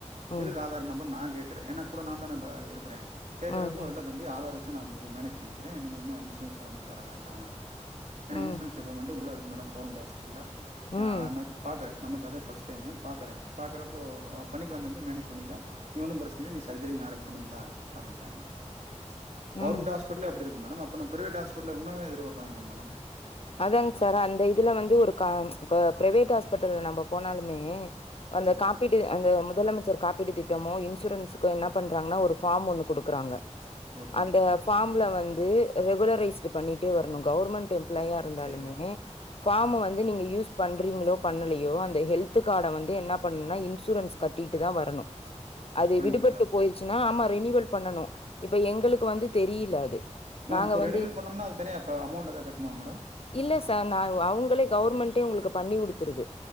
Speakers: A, on the left; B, on the right.
A: ம்
B: எதுக்கு ஆதா தார் நம்பர் நா கேக்குறே ஏன்ன கூட நா தானே ப இருக்குறே கேக்குறப்போ
A: ம்
B: இல்லத ம்பி ஆதார் வச்சு நா மேனேஜ் பண்ணிக்கிறே நீங்க ஒன்னும் இன்சூரன்ஸ்லா ஒன்னும் தர வேண்டா ஏன்னா
A: ம்
B: இன்சூரன்ஸ் இப்ப மட்டு உள்ள இருக்கு மேடம் கவர்மெண்ட் ஹாஸ்பிட்டல்ல
A: ம்
B: ஆ பாக்கறே நமக்கு அதா ஃபஸ்ட் டைமு பாக்கறே பாக்கறப்போ பண்ணிக்கலா தம்பி மேனேஜ் பண்ணிகிட்டா இது ஒன்னு பிரச்சனை இல்ல நீ சர்ஜரி நாளைக்கு பண்ணிக்கிலா அப்டின்டாங்க மேடம் கவுர்மெண்ட்டு
A: ம்
B: ஹாஸ்பிட்டலே அப்டிருக்கு மேடம் அப்ப நம் பிரைவேட்டு ஹாஸ்பிட்டல்ல இன்னுமே எதுர்ப்பாபாங்களே மேடம்
A: அதாங் சார் அந்த இதுல வந்து ஒரு கா இப்ப பிரைவேட் ஹாஸ்பிட்டல் நம்ப போனாலுமே அந்த
B: சரிங்க
A: காப்பீடு
B: மேடம்.
A: அந்த முதலமைச்சர் காப்பீடு திட்டமோ இன்சூரன்ஸ் கு என்ன பண்றாங்கன்னா ஒரு ஃபார்ம் ஒண்ணு குடுக்குறாங்க
B: ஓகே
A: அந்த
B: மேடம்.
A: ஃபார்ம்ல வந்து ரெகுலரைஸ்ட் பண்ணிட்டே வரணு கவர்மெண்ட் எம் ப்ளாயா இருந்தாலுமே
B: சரிங்க மேடம்
A: ஃபார்ம வந்து நீங்க யூஸ் பண்றீங்களோ பண்ணலையோ அந்த ஹெல்து கார்ட வந்து என்ன பண்ணும்னா இன்சூரன்ஸ் கட்டிட்டு தா வரணு அது
B: அப்படிங்களா
A: விடுபட்டு
B: மேடம்
A: போயி ச்சினா ஆமா ரெனிவல் பண்ணனு இப்ப எங்களுக்கு வந்து தெரில அது
B: மேம்
A: நாங்க
B: இப்ப ரெனிவல்
A: வந்து
B: பண்ணம்னா அது தனியா இப்ப அமௌண்ட் ஏதாது கட்டுணுமா மேடம்
A: இல்ல சார் நான் அவுங்களே கவுர்மெண்டே உங்களுக்கு பண்ணி குடுத்துருது